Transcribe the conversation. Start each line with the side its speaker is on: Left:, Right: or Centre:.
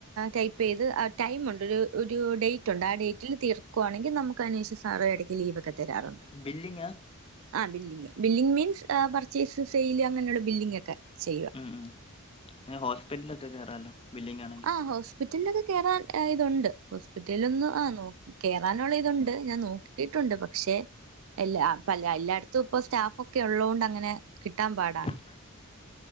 Right: ടൈപ്പ് യ്ത് ആ ടൈമുണ്ട് ഒരു ഡേറ്റ് ഉണ്ട് ആ ഡേറ്റിൽ തീർക്കണം തീർക്കുകയാണെങ്കിൽ നമ്മുക്ക് അതിനനുസരിച്ചു സാർ ഇടക്ക് ലീവ്ക്കെ തരാറുണ്ട്.
Left: ബില്ലിംഗ് ആണോ
Right: ആഹ് billing billing means purchase, sale അങ്ങനെയുള്ള ബിംഗ ഒക്കെ. ചെയ്യും
Left: മ് മ് ഹോസ്പിറ്റലൊക്കെ കേയറാല്ലോ ബില്ലിംഗ് ആണങ്കിൽ
Right: ആഹ് ഹോസ്പിറ്റലിലൊക്കെ കേയറാൻ ഇതുണ്ട് ഹോസ്പിറ്റലിൽ ഒന്ന് ആ നോക്കിയില്ല കേറാനുള്ള ഇതുണ്ട് ഞാൻ നോക്കിട്ടുണ്ട് പക്ഷെ അല്ല എല്ലായിടത്തു ഇപ്പൊ സ്റ്റാഫ് ഒക്കെ ഉള്ളോണ്ട്. അങ്ങനെ കിട്ടാൻ പാടാണ്
Left: <inaudible>